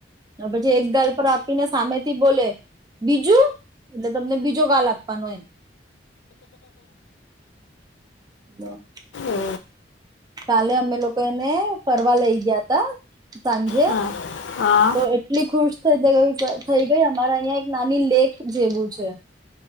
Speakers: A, on the right (about 20°); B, on the left (about 85°).
A: પછી, એક ગાલ પર આપીને સામેથી બોલે બીજું એટલે, તમને બીજો ગાલ આપવાનો એમ. હા,
B: એ
A: કાલે, અમે લોકો એને ફરવા લઈ ગ્યા હતા, સાંજે
B: હા હા
A: તો એટલી ખુશ <unintelligible> થઈ ગઈ. અમારા અહીં એક નાની લેક જેવું છે.